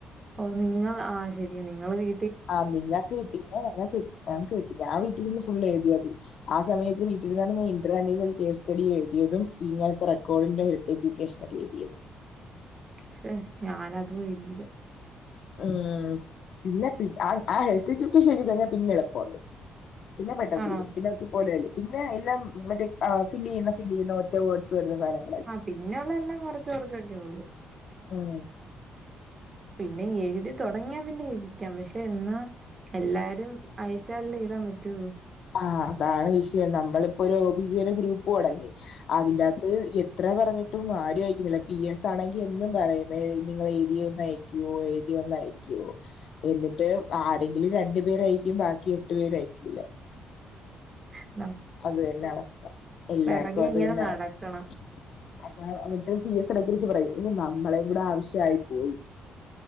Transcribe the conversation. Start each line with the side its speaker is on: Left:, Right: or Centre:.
Right: ഓ നിങ്ങൾ ആഹ് ശരിയാ നിങ്ങള് വീ
Left: ആഹ് നിങ്ങക്ക് കിട്ടി ഞങ്ങക്ക് കി ഞങ്ങക്ക് കിട്ടി ഞാൻ വീട്ടിരുന്ന് ഫുള് എഴുതിയതി ആഹ് സമയെത്ത് വീട്ടിൽ ഇര്ന്നാണ് ഞാൻ ഇൻട്രാനലിൽ കേസ് സ്റ്റഡി എഴ്തിയെതും ഇങ്ങനത്തെ റെക്കോർഡിന്റെ എജുക്കേഷനെൽ എഴ്തിയെതും
Right: സെ ഞാൻ അതും എഴ്തിലാ
Left: ആഹ് പിന്നെ പി ആ ആ ഹെൽത്ത് എജൂകെഷൻ എഴുതി കഴിഞ്ഞാ പിന്നെ എളുപ്പം ഇണ്ട്. പിന്നെ പെട്ടെന്ന്
Right: ആണോ
Left: തീരും പിന്നെ <unintelligible> പോലെ വെരും പിന്നെ എല്ലാം മറ്റെ ആ ഫില്ല് ചെയ്യുന്ന ഫില്ല് ചെയ്യുന്ന ഒറ്റ വേർഡ്സ് വെരുന്ന സാന
Right: ആഹ് പിന്നെ ഉള്ളെ എല്ലാം കൊറച്ച് കൊറച്ചൊക്കെ ഒള്ളു.
Left: ആഹ്
Right: പിന്നെ എഴ്തി തൊടങ്ങിയാ പിന്നെ ഇരിക്കാം പക്ഷെ എന്നാ എല്ലാരും അയച്ചാൽ അല്ലെ എഴ്താൻ പറ്റു
Left: ആഹ് അതാണ് വിഷയം നമ്മളിപ്പോ ഒരു ഒ ബി ജി ടെ ഗ്രൂപ്പ് തൊടങ്ങി അതിന്റെ അകത്ത് എത്ര പറഞ്ഞിട്ടും ആരും അഴക്കുന്നില്ല പി എസ് ആണെങ്കി എന്നും പറയും ഇന്നാ എഴ്തി നിങ്ങെൾ എഴുതി ഒന്ന് അഴക്കോ എഴ്തി ഒന്ന് അഴക്കോ എന്നിട്ട് ആരെങ്കിലും രണ്ട് പേര് അഴക്കും ബാക്കി എട്ട് പേര് അയക്കൂലാ
Right: ഉം
Left: അത് തെന്നെ അവസ്ഥ എല്ലാർക്കും
Right: പിറകെ
Left: അത്
Right: ഇങ്ങനെ
Left: തെന്നെ
Right: നടക്കണം
Left: അവസ്ഥ. അതാ എന്നിട്ട് പി എസ് എടക്ക് എടക്ക് പറയും നമ്മളെ കൂടെ ആവശ്യ ആയി പോയി.